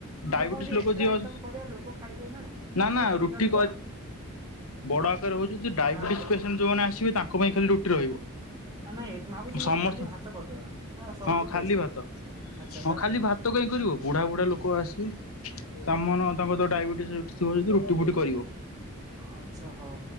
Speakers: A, on the left; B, on the right.
A: ଡାଇବେଟିସ
B: ନାଇଁ କୁହନ୍ତି
A: ଲୋକ
B: ଏକ୍ସଟ୍ରା
A: ଯିଏ
B: ଆଇଟମ କରିବା ଲୋକ ଖାଇବେ ନା
A: ନା
B: ଭଲ
A: ରୁଟି
B: ପାଇକଡେ
A: ବଡ ଆକାରରେ ହଉ ଡାଇବେଟିଣ୍ଟ
B: ହଁ ଗୋ
A: ଯୋଉମାନେ ପାଇଁ ଖାଲି ରୁଟି ରହିବ
B: ନାଇଁ ଭାବୁଛି ନହେଲେ
A: ସମସ୍ତ
B: ଖାଲି ଭାତ କରିଦବା ଆ ସବୁଠୁ
A: ହଁ ଖାଲି
B: ବେଷ୍ଟ
A: ଭାତ
B: ହବ। ଆଚ୍ଛା
A: ହଁ
B: ତାପରେ
A: ଖାଲି ଭାତ କଁ କରିବ ବୁଢା ବୁଢା ଲୋକ ଆସିବେ ତା ତାଙ୍କର ଡାଇବେଟିସ୍ ଥିବ ଯଦି ରୁଟି ଫୁଟି କରିବା।
B: ଆଚ୍ଛା ହଉ